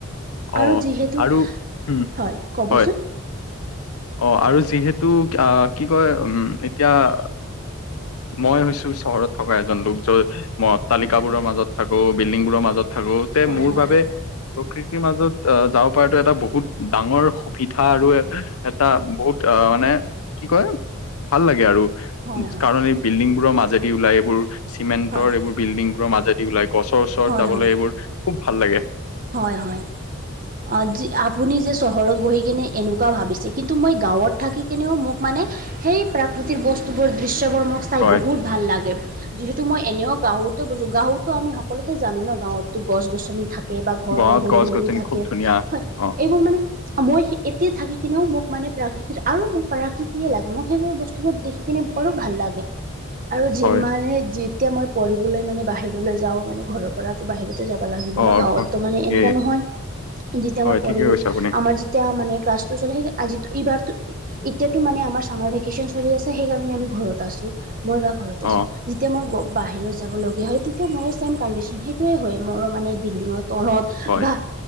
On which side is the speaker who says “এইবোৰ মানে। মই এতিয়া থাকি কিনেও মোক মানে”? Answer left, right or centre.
Right